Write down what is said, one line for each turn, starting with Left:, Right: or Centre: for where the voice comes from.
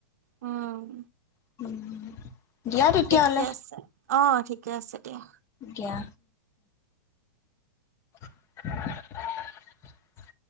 Right: উম,
Left: <inaudible> দিয়া তেতিয়াহ'লে
Right: ঠিকে আছে অ, ঠিকে আছে দিয়া।
Left: দিয়া। <inaudible>